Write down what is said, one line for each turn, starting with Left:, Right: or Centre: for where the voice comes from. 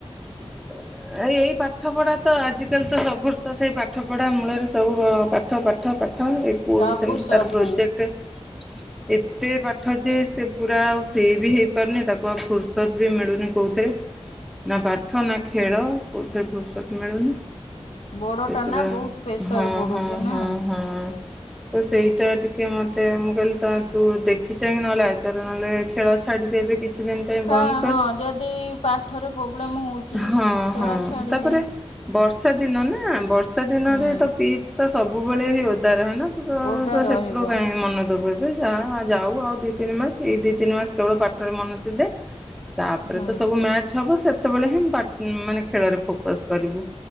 Centre: <unintelligible> ଏଇ ପାଠପଢ଼ା ତ ଆଜିକାଲି ତ ସବୁ ତ ସେଇ ପାଠପଢ଼ା ମୂଳରେ ସବୁ ଅଁ ପାଠ ପାଠ ପାଠ ଏ ପୁଅ
Left: ସବୁ
Centre: ବି ସେମିତି
Left: ସବୁ
Centre: ତାର ପ୍ରୋଜେକ୍ଟେ ଏତେ ପାଠ ଯେ ସେ ପୁରା ଆଉ ଫ୍ରି ବି ହେଇପାରୁନି ତାକୁ ଆଉ ଫୁର୍ସ ତ୍ ବି ମିଳୁନି କୋଉଥିରେ ନା ପାଠ ନା ଖେଳ କୋଉଥିରେ ଫୁର ସତ୍ ମିଳୁନି
Left: ଗୋଡ
Centre: ସେ
Left: ଟା
Centre: ପୁରା
Left: ନା ବହୁତ ପ୍ରେସର
Centre: ହଁ
Left: ପଡୁଛି
Centre: ହଁ
Left: ନା।
Centre: ହଁ ହଁ। ତ ସେଇଟା ଟିକେ ମତେ ମୁଁ କହିଲି ତ ତୁ ଦେଖି ଚାହିଁକି ନହେଲେ <unintelligible> ନହେଲେ ଖେଳ ଛାଡିଦେବି କିଛି ଦିନ ପାଇଁ
Left: ହେଁ
Centre: ବନ୍ଦ କର।
Left: ହଁ ଯଦି ପାଠରେ ପୋବ୍ଲେମ ହୋଉଚି
Centre: ହଁ
Left: ଖେଳ
Centre: ହଁ
Left: ଛାଡିଦେ।
Centre: ତାପରେ ବର୍ଷା ଦିନ ନା ବର୍ଷା ଦିନରେ
Left: ହୁଁ।
Centre: ତ ପିଚ ତ ସବୁବେଳେ ହିଁ ଓଦା ରହେ ନା। <unintelligible>
Left: ଓଦା ରହିବ।
Centre: ମନ ଦୋବୁ ଏ <unintelligible> ଯାଉ ଆଉ ଦିଇ ତିନି ମାସ ଏଇ ଦିଇ ତିନି ମାସ କେବଳ ପାଠରେ ମନ ଦେଇ ଦେ। ତାପରେ
Left: ହଁ
Centre: ତ ସବୁ ମ୍ୟାଚ ହବ ସେତୋବୋଳେ ହିଁ ପା ଉଁ ମାନେ ଖେଳରେ ଫୋକସ୍ କରିବୁ।